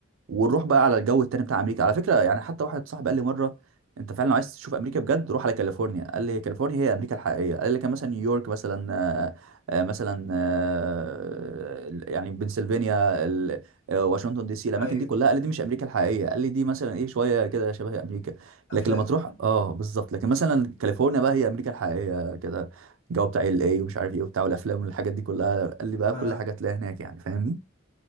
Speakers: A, on the right; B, on the left.
A: ونروح بقى على الجو التاني بتاع امريكا على فكره يعني حتى واحد صاحبي قال لي مره انت فعلا لو عايز تشوف امريكا بجد روح على كاليفورنيا قال لي كاليفورنيا هي امريكا الحقيقيه قال لي كان مثلا نيويورك مثلا آه، آه، مثلا آه، يعني بنسلفانيا ال- آه، واشنطن دي سي الاماكن
B: ايوه
A: دي كلها قال لي دي مش امريكا الحقيقيه قال لي دي مثلا ايه شويه كده شبه امريكا
B: افلام
A: لكن لما تروح اه بالظبط لكن مثلا كاليفورنيا بقى هي امريكا الحقيقيه كده الجو بتاع ال اي ومش عارف ايه وبتاع والافلام والحاجات دي كلها قال لي بقى
B: اه
A: كل حاجه تلاقيها هناك يعني فاهمني